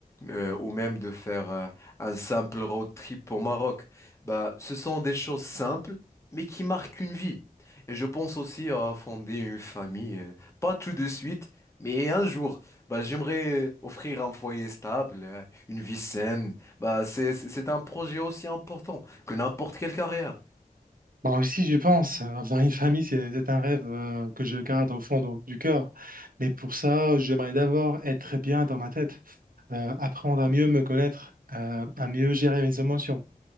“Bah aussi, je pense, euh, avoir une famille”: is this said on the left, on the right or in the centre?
Right